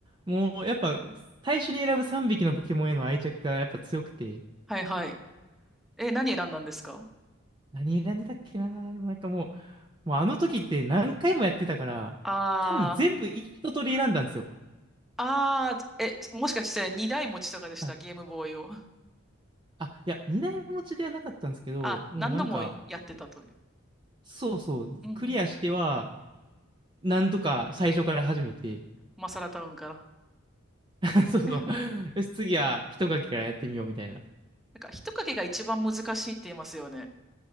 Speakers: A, on the right; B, in the centre.
A: もうやっぱ、最初に選ぶ3匹のポケモンへの愛着がやっぱ強くて、
B: はいはい。え、何選んだんですか
A: 何選んでたっけなでもなんかもう、もうあの時って何回もやってたから、
B: あー。
A: 多分全部一通り選んだんですよ。
B: あー、え、もしかして二台持ちとかでしたゲームボーイを。
A: はいあ、いや、二台持ちではなかったんですけど、
B: あ、
A: もうなんか、
B: 何度もやってたという。
A: そうそう、
B: うんうんうん。
A: クリアしては、なんとか最初から始めて、
B: マサラタウンから。
A: <laughs>
B: <laughs>
A: そうそう、
B: え
A: よし、次は一書きからやってみようみたいな。
B: なんか、人影が一番難しいって言いますよね。